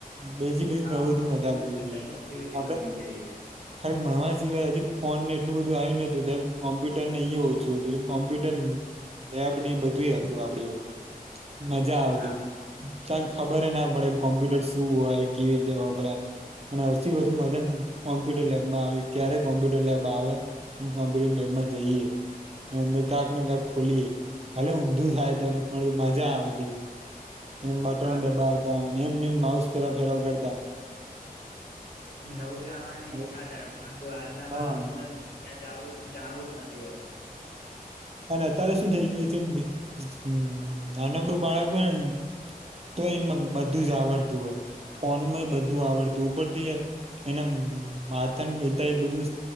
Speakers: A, on the right (about 40°); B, on the left (about 85°).
A: બીજી બધી
B: હા
A: પ્રવૃતિમાં વધારે થઈ
B: અધર્સ
A: જે એ
B: એક્ટિવિટી
A: આપડે
B: વધી ગઈ છે.
A: ખાલી ભણવા સિવાય હજી ફોન ને એટલું બધું આવ્યું નતું ત કોમ્પ્યુટરને ઓછું હતું કોમ્પ્યુટર લેબ ને બધું હતું આપડી વખતે. મજા આવતી.
B: હા
A: ચા ખબરે ના પડે કોમ્પ્યુટર શું હોય કેવી રીતે વપરાય અને ઓસથી વધુ મજા કોમ્પ્યુટર લેબમાં આવે ક્યારે કોમ્પ્યુટર લેબ આવે કોમ્પ્યુટર લેબમાં જઈએ અંદર કાંક ને કંક ખોલીએ ભલે ઊંધું થાય તો મજા આવતી. ને મટન
B: હા
A: દબાવતા અને એમને એમ માઉસ ફેરા ફેરવ કરતા.
B: નવ જાણવાની
A: હવે
B: ઈચ્છા થાય પણ જો આજના
A: હા
B: બાળકો ને તો <inaudible> જાણવું જ નથી હોત
A: અને અત્યારે શું થઈ ગયું એ જગ બે અમ્મ નાનકડું બાળક હોયને તો એ બધું જ આવડતું હોય ફોનમાં બધું આવડતું હો ઉપરથી એના માતા પિતા એ બધું